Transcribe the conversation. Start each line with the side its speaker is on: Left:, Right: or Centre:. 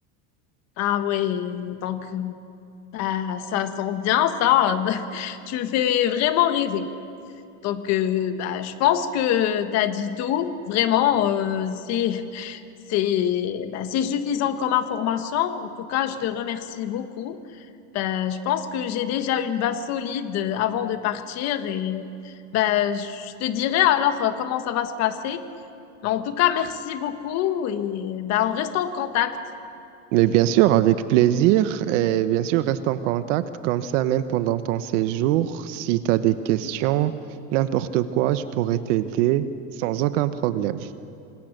Left: Ah oui, donc. euh, Bah, ça sent bien ça. <laughs> Tu me fais vraiment rêver. Donc, euh, bah, je pense que t'as dit tout. Vraiment, euh, c'est, c'est, bah, c'est suffisant comme information. En tout cas, je te remercie beaucoup. Bah, je pense que j'ai déjà une base solide euh, avant de partir et bah, je te dirai alors euh, comment ça va se passer. Mais en tout cas, merci beaucoup et bah, on reste en contact.
Right: Mais bien sûr, avec plaisir. Et bien sûr, reste en contact comme ça, même pendant ton séjour. Si tu as des questions, n'importe quoi, je pourrais t'aider sans aucun problème.